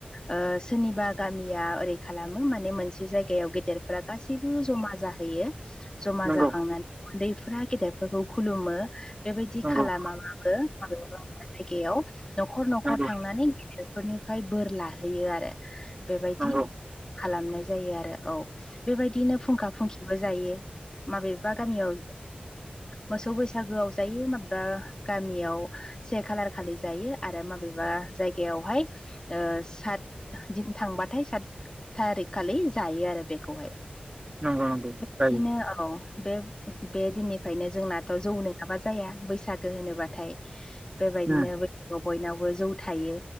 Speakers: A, on the left; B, on the right.
A: ओ सोरनिबा गामिया ओरै खालामो माने मोनसे जायगायाव गेदेरफोरा गासि बो जमा जाहैयो जमा
B: नंगौ
A: जाखांनानै उन्दैफोरा गेदेरफोरखौ खुलुमो बेबायदि
B: नंगौ
A: खालामा बाबो माबेबा माबेबा जायगायाव न'खर न'खर
B: नंगौ
A: थांनानै बेफोरनिफ्राय बोर लाहैयो आरो बेबायदि
B: नंगौ
A: खालामनाय जायो आरो औ बेबायदिनो फुंखा फुंखिबो जायो माबेबा गामियाव मोसौ बैसागोआव जायो माबेबा गामियाव से खालार खालि जायो आरो माबेबा जायगायावहाय ओ सात दिन थांबाथाय सात थारिक खालि जायो आरो बेखौहाय
B: नंगौ नंगौ
A: बिदिनो
B: जायो
A: औ बे बे दिननिफ्रायनो जोंनाथ' जौ नङाबा जाया बैसागो होनोबाथाय बेबायदिनो
B: उम
A: बयनावबो जौ थायो